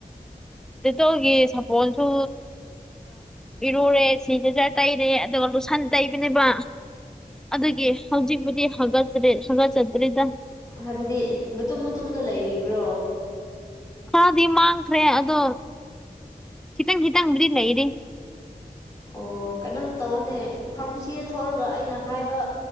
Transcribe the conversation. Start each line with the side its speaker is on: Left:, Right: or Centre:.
Centre: ꯗꯤꯇꯣꯜꯒꯤ ꯁꯥꯄꯣꯟꯁꯨ ꯏꯔꯨꯔꯦ ꯁꯤꯅꯤꯇꯥꯢꯖꯔ ꯇꯩꯔꯦ ꯑꯗꯨꯒ ꯂꯨꯁꯟ ꯇꯩꯕꯅꯦꯕ ꯑꯗꯨꯒꯤ ꯍꯧꯖꯤꯛꯕꯨꯗꯤ ꯍꯒꯠꯆꯠ ꯍꯒꯠꯆꯗ꯭ꯔꯦꯗ
Left: ꯍꯥꯏꯕꯗꯤ ꯃꯇꯨꯝ ꯃꯇꯨꯝꯗꯣ ꯂꯩꯔꯤꯕ꯭ꯔꯣ
Centre: ꯈꯔꯗꯤ ꯃꯥꯡꯈ꯭ꯔꯦ ꯑꯗꯣ ꯈꯤꯇꯪ ꯈꯤꯇꯪꯕꯨꯗꯤ ꯂꯩꯔꯤ
Left: ꯑꯣ ꯀꯩꯅꯣꯝ ꯇꯧꯅꯦ ꯐꯥꯔꯃꯥꯁꯤꯗ ꯊꯣꯛꯑꯒ ꯑꯩꯅ ꯍꯥꯏꯕ